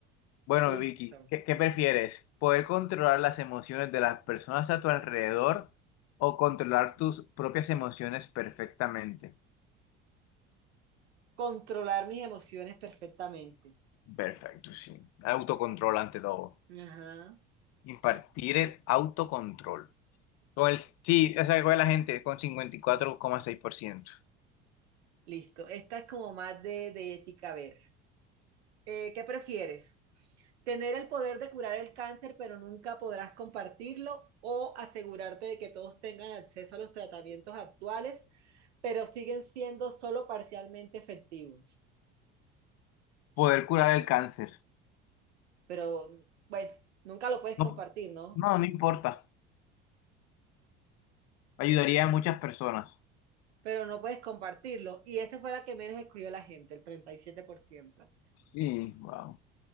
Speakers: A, on the left; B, on the right.
A: Bueno,
B: listo.
A: Vicky, ¿qué, qué prefieres? ¿Poder controlar las emociones de las personas a tu alrededor o controlar tus propias emociones perfectamente?
B: Controlar mis emociones perfectamente.
A: Perfecto, sí. Autocontrol ante todo.
B: Ajá.
A: Impartir el autocontrol. Con el, sí, esa que fue la gente con 54,6%.
B: Listo. Esta es como más de, de ética. A ver, eh, ¿qué prefieres? ¿Tener el poder de curar el cáncer, pero nunca podrás compartirlo? ¿O asegurarte de que todos tengan acceso a los tratamientos actuales, pero siguen siendo solo parcialmente efectivos?
A: Poder curar el cáncer.
B: Pero bueno, nunca lo puedes compartir,
A: No,
B: ¿no?
A: no, no importa. Ayudaría a muchas personas.
B: Pero no puedes compartirlo. Y esa fue la que menos escogió la gente, el 37%.
A: Sí, wow.